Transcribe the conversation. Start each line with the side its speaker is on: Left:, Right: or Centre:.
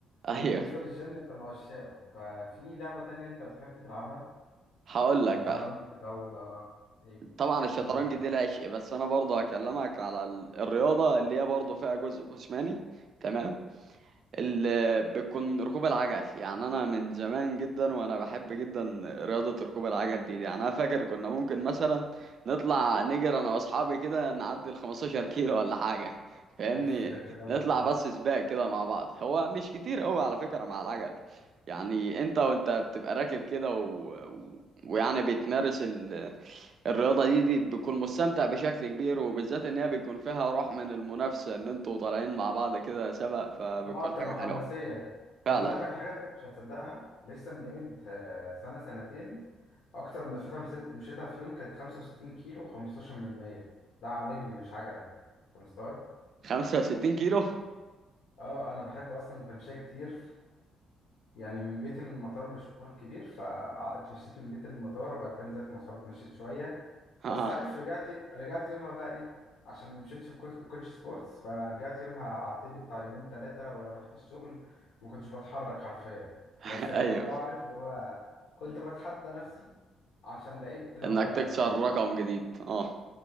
Right: ايوه
Left: وبالنسبة للجيم أنت من عشاقه ففي لعبة تانية أنت بتحب تلعبها
Right: هقول
Left: شطرنج
Right: لك بقى
Left: طاولة إيه
Right: طبعا الشطرنج
Left: قول لي معاك
Right: دي العشق بس انا برضه هكلمك على ال- الرياضة اللي هي برضه فيها جزء جسماني تمام اللي بتكون ركوب العجل يعني انا من زمان جدا وانا بحب جدا رياضة ركوب العجل دي, دي يعني انا فاكر كنا ممكن مثلا نطلع نجري انا واصحابي كده نعدي ال 15 كيلو ولا حاجة فاهمني
Left: أوف ده كتير أوي
Right: نطلع بس سباق كده مع بعض هو مش كتير قوي على فكرة مع العجل يعني انت وانت بتبقى راكب كده و... و... ويعني بتمارس ال... الرياضة دي دي بتكون مستمتع بشكل كبير وبالذات ان هي بيكون فيها روح من المنافسة ان انتوا طالعين مع بعض كده سبق فبتكون
Left: اه بتبقى
Right: حاجة
Left: حماسية
Right: حلوة فعلا
Left: طب أقول لك على حاجة أنت مش هتصدقها لسه من قيمة آه، سنة سنتين أكتر مسافة مس- مشيتها في يوم كانت 65 كيلو و15 من 100 ده على رجلي مش عجلة أنت مستوعب؟
Right: 65 كيلو
Left: اه أنا بحب أصلا التمشية كتير يعني من بيتي للمطار مشوار كبير فاتمشيت من بيتي للمطار وبعد كده نزلت مواصلات اتمشيت شوية بس
Right: آه.
Left: عارف رجعت رجعت يومها بقى ايه عشان ما مشيتش بكوت- بكوتش سبورتس فرجعت يومها قعدت لي بتاع يومين ثلاثة ورحت الشغل ما كنتش بتحرك حرفيا بس
Right: <laughs>
Left: كان
Right: ايوه
Left: موضوع عارف اللي هو كنت بتحدى نفسي عشان لقيت اللي
Right: انك
Left: هو
Right: تكسر
Left: يعني
Right: رقم جديد اه